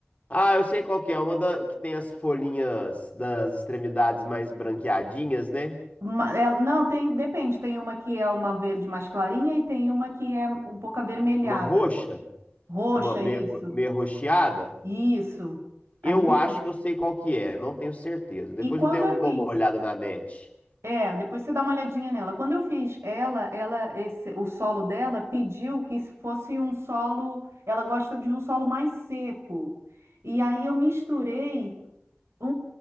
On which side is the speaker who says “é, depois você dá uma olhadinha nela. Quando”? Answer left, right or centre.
Right